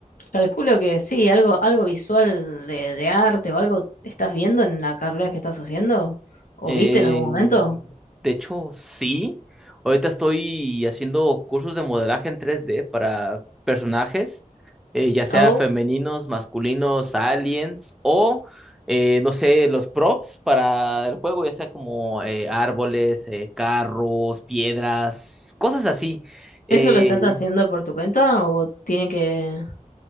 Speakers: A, on the left (about 80°); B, in the centre.
A: calculo que sí, algo, algo visual de, de arte o algo estás viendo en la carrera que estás haciendo o
B: Eh,
A: viste en algún momento.
B: de hecho, sí. Ahorita estoy haciendo cursos de modelaje en tres d para personajes, eh, ya sea
A: ¿O
B: femeninos, masculinos, aliens o, eh, no sé, los props para el juego, ya sea como eh, árboles, eh, carros, piedras, cosas así. Eh,
A: eso lo estás haciendo por tu cuenta o tiene que,